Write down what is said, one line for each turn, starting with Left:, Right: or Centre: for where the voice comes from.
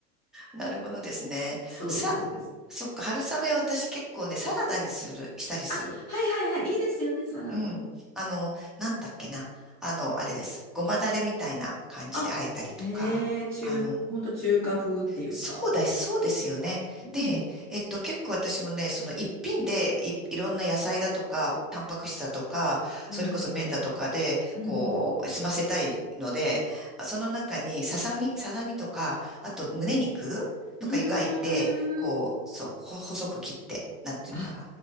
Centre: ん。なるほどですね。
Left: そうです、
Centre: さ、
Left: そうです。
Centre: そっか、春雨私結構ね、サラダにする、したりする。
Left: あ、はいはいはい、いいですよね、サラダも。
Centre: うん。あの、なんだっけな。あの、あれです。ごまだれみたいな感じで和えたりとか、
Left: あ、へえ、中、
Centre: あの、
Left: ほんと中華風っていうか。
Centre: そうだ、そうですよね。
Left: うん。
Centre: で、えっと、結構私もね、その一品でい、いろんな野菜だとか、タンパク質だとか、
Left: はいはいはい。
Centre: それこそ麺だとかで、
Left: うん
Centre: こう、済ませたいので、その中にささみ、ささみとか、あと胸肉とか湯がいて、
Left: うん。
Centre: こう、
Left: うーん。
Centre: そう、ほ細く切って、なんていうのかな。
Left: あ、